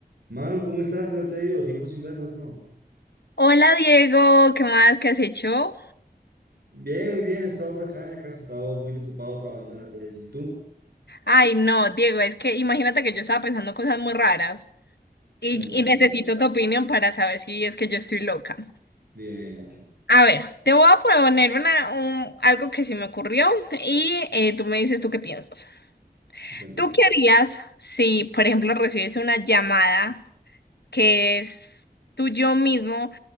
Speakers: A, on the right; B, on the left.
A: Manu, ¿cómo estás? ¿Qué tal te ha ido? Tiempo sin vernos, ¿no?
B: Hola Diego, ¿qué más? ¿Qué has hecho?
A: Bien, muy bien. He estado por acá en la casa, he estado un poquito ocupado trabajando en la tesis. ¿Y tú?
B: Ay, no, Diego, es que imagínate que yo estaba pensando cosas muy raras y,
A: Cuéntame,
B: y
A: cuéntame.
B: necesito tu opinión para saber si es que yo estoy loca.
A: Dime, dime,
B: A ver, te voy a poner una, un- algo que se me ocurrió y eh, tú me dices tú qué piensas.
A: cuéntame.
B: ¿Tú qué harías si, por ejemplo, recibes una llamada? que es tu yo mismo